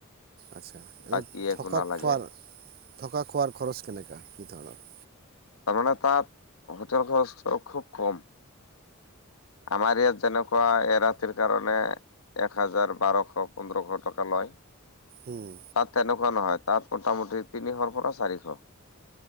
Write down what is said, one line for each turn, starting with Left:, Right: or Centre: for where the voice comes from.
Right: আচ্ছা এনে
Left: বাকী একো
Right: থকা
Left: নালাগে
Right: খোৱাৰ থকা খোৱাৰ খৰচ কেনেকুৱা কি ধৰণৰ
Left: তাৰমানে তাত হোটেল খৰচটো খুব কম আমাৰ ইয়াত যেনেকুৱা এৰাতিৰ কাৰণে এক হাজাৰ বাৰশ পোন্ধৰশ টকা লয়
Right: উম,
Left: তাত তেনেকুৱা নহয় তাত মোটামুটি তিনিশৰ পৰা চাৰিশ